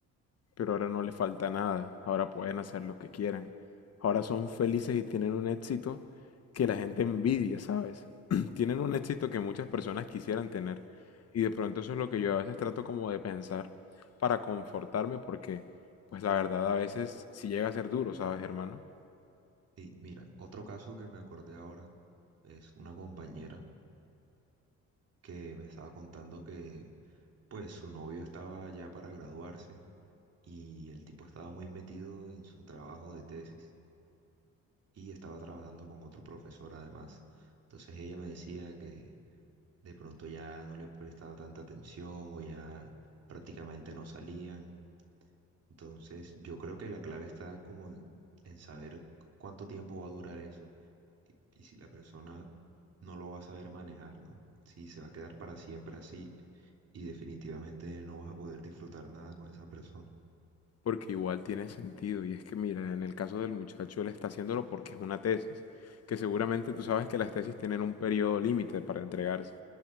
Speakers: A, on the left; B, on the right.
A: Pero ahora no le falta nada, ahora pueden hacer lo que quieran. Ahora son felices y tienen un éxito que la gente envidia, ¿sabes? <clears throat> Tienen un éxito que muchas personas quisieran tener. Y de pronto eso es lo que yo a veces trato como de pensar para confortarme porque, pues la verdad a veces sí llega a ser duro, ¿sabes, hermano?
B: Y mira, otro caso que me acordé ahora es una compañera que me estaba contando que pues su novio estaba ya para graduarse y el tipo estaba muy metido en su trabajo de tesis y estaba trabajando con otro profesor además. Entonces ella me decía que de pronto ya no le prestaba tanta atención o ya prácticamente no salían. Entonces, yo creo que la clave está como en, en saber cuánto tiempo va a durar eso y, y si la persona no lo va a saber manejar, ¿no? Si se va a quedar para siempre así y definitivamente no vas a poder disfrutar nada con esa persona.
A: Porque igual tiene sentido. Y es que, mira, en el caso del muchacho él está haciéndolo porque es una tesis, que seguramente tú sabes que las tesis tienen un periodo límite para entregarse.